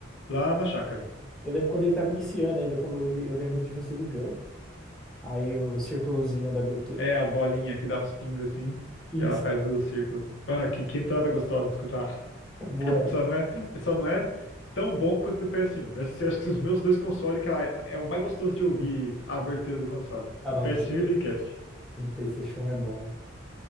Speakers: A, on the left; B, in the centre.
A: lá na chácara.
B: Eu lembro quando ele estava iniciando ainda, quando eu, li- eu lembro de você ligando. Aí o círculozinho da abertura.
A: É a bolinha que dá uns pingos assim,
B: Isso,
A: e ela faz o círculo. Mano, que, que entrada gostosa de escutar.
B: é boa, né?
A: Só não é, só não é tão bom quanto do PS1. Esse- acho que os meus dois consoles, cara, é o mais gostoso de ouvir a abertura do console.
B: Ah,
A: O
B: não,
A: PS1
B: do PT
A: e o Dreamcast.
B: do PlayStation 1 é bom, hein?